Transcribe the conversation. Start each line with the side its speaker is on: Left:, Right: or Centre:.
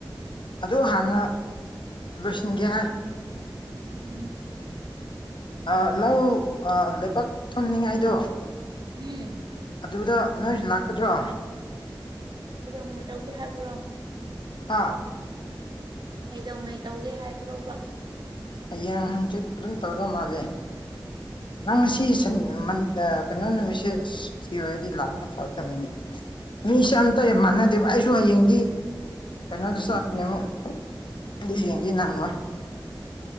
Left: ꯑꯗꯨ ꯍꯥꯟꯅ ꯂꯣꯏꯁꯤꯟꯒꯦ ꯍꯥꯏ
Right: ꯎꯝ
Left: ꯑꯥ ꯂꯧ ꯑꯥ ꯂꯩꯕꯥꯛ ꯊꯣꯟꯅꯤꯡꯉꯥꯏꯗꯨ
Right: ꯍꯨꯝ
Left: ꯑꯗꯨꯗ ꯅꯣꯏꯖꯨ ꯂꯥꯛꯀꯗ꯭ꯔꯣ
Right: ꯕꯨꯖꯝꯒꯤ ꯇꯧꯗꯦ ꯍꯥꯏꯕ꯭ꯔꯣ
Left: ꯍꯥ
Right: ꯀꯩꯗꯧꯉꯩ ꯇꯧꯒꯦ ꯍꯥꯏꯕ꯭ꯔꯣꯕ
Left: ꯍꯌꯦꯡ ꯍꯥꯡꯆꯤꯠ ꯑꯗꯨꯝ ꯇꯧꯗꯧ ꯃꯥꯜꯂꯦ ꯅꯪ ꯉꯁꯤ ꯁꯟ ꯃꯟ ꯑꯥ ꯀꯩꯅꯣ ꯅꯨꯃꯤꯠꯁꯦ ꯁꯨꯇꯤ ꯑꯣꯏꯔꯗꯤ ꯂꯥꯛꯀꯗ ꯐꯔꯗꯕꯅꯤꯅꯦ ꯃꯤꯁꯦ ꯑꯝꯇ ꯌꯥꯝ ꯃꯥꯟꯅꯗꯦꯕ ꯑꯩꯁꯨ ꯍꯌꯦꯡꯗꯤ ꯀꯩꯅꯣꯗ ꯆꯠꯀꯅꯤ ꯑꯃꯨꯛ ꯑꯗꯨ ꯌꯦꯡꯗꯤ ꯅꯪꯉꯣꯏ